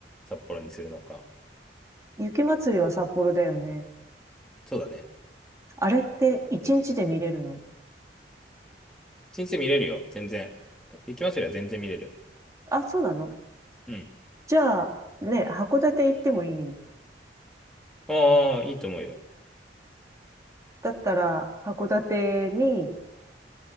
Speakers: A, in the centre; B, on the right.
A: 札幌にするのか。
B: 雪祭りは札幌だよね。
A: そうだね。
B: あれって1日で見れるの
A: 一日見れるよ、全然。行きますよりは全然見れる。
B: あ、そうなの
A: うん。
B: じゃあ、ね、函館行ってもいい
A: ああ、いいと思うよ。
B: だったら、函館に